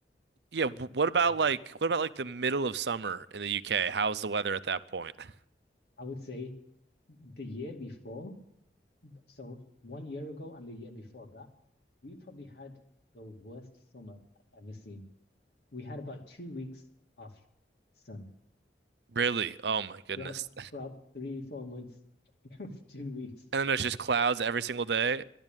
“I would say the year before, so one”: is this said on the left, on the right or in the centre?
Left